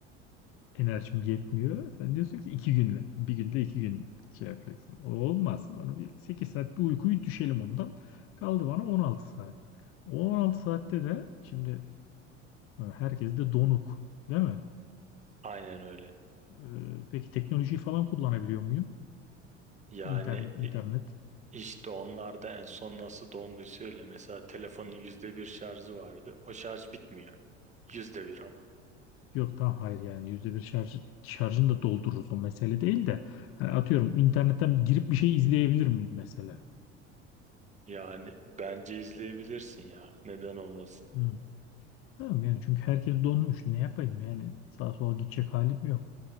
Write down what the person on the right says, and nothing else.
Aynen öyle.
Yani
i- işte onlar da en son nasıl donduysa öyle. Mesela telefonun yüzde bir şarjı vardı. O şarj bitmiyor. Yüzde bir ama.
Yani bence izleyebilirsin ya. Neden olmasın?